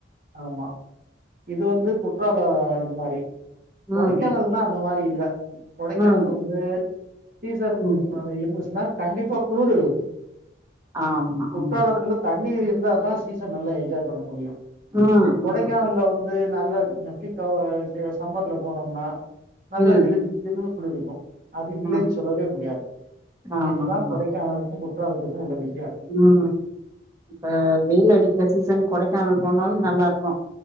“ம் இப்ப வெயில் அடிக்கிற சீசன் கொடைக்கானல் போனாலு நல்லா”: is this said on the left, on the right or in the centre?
Right